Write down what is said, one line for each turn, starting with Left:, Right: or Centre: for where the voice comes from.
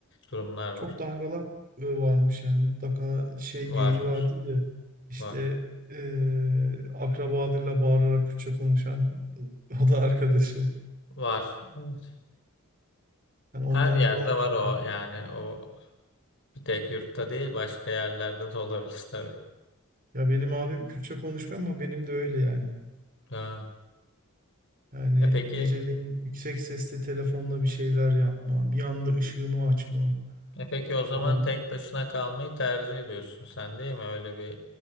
Left: durumlar var.
Right: çok dangalak e, varmış yani mutlaka şey
Left: Var
Right: geyiği
Left: var
Right: vardı ya işte
Left: var
Right: e, akrabalarıyla bağırarak Kürtçe konuşan <laughs> o da arkadaşı.
Left: var. Evet.
Right: Yani onlar
Left: Her yerde
Right: falan kötü.
Left: var o yani o bir tek yurtta değil başka yerlerde de olabilir tabii.
Right: Ya benim abim Kürtçe konuşmuyor ama benim de öyle yani.
Left: Ha.
Right: Yani
Left: E peki
Right: geceleyin yüksek sesle telefonla bir şeyler yapma, bir anda ışığımı açma
Left: e peki o zaman
Right: falan.
Left: tek başına kalmayı tercih ediyorsun sen değil mi? Öyle bir